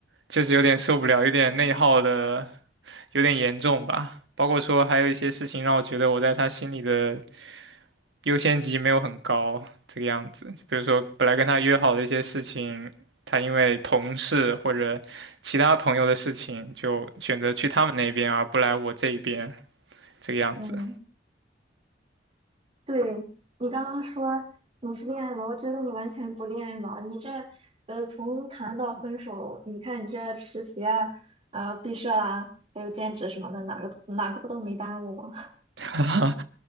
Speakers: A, on the right; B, on the right.
A: 确实有点受不了，有点内耗的有点严重吧。包括说还有一些事情让我觉得我在他心里的优先级没有很高，这个样子。比如说本来跟他约好的一些事情，他因为同事或者其他朋友的事情，就选择去他们那边而不来我这一边，这个样子。
B: 嗯。对，你刚刚说你是恋爱脑，我觉得你完全不恋爱脑。你这，呃，从谈到分手，你看你这实习啊、啊、毕设啊，还有兼职什么的，哪个哪个不都没耽误吗？
A: <laughs> 哈，